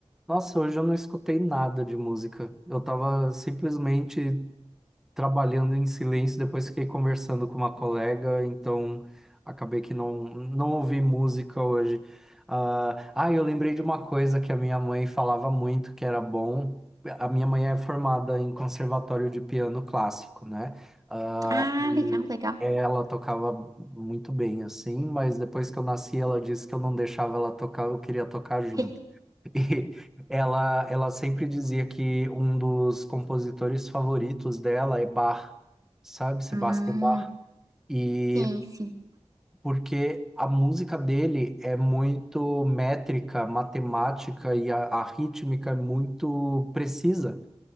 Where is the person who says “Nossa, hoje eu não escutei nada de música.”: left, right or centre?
Centre